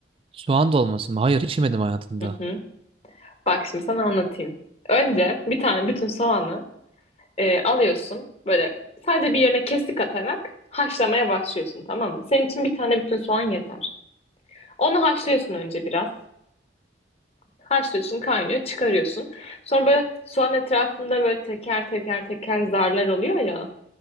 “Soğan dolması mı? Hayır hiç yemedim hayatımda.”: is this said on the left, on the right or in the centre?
Right